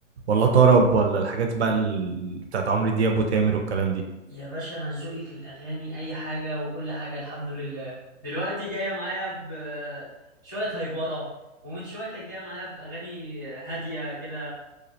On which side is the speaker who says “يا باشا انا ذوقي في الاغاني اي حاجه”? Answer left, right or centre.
Left